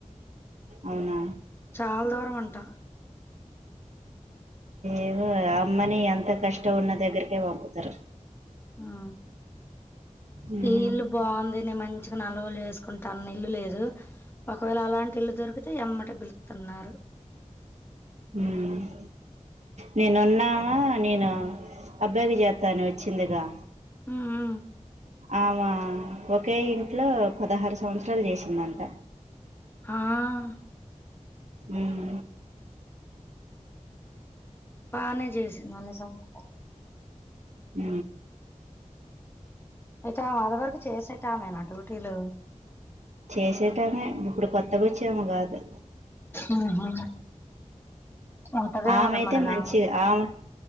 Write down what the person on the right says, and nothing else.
అవునా
ఏవో అమ్మని అంతా కష్టం ఉన్న దగ్గరకే పంపుతారు
ఉమ్,
ఉహ్ నేనున్నావా నేను అబ్బాయికి చేస్తాని వచ్చిందిగా
ఆమా ఒకే ఇంట్లో పదహారు సంవత్సరాలు చేసిందంట
ఉహ్
ఉ
చేసేటామే ఇప్పుడు కొత్తగోచ్చామే కాదు
ఆమె అయితే
మంచి ఆమె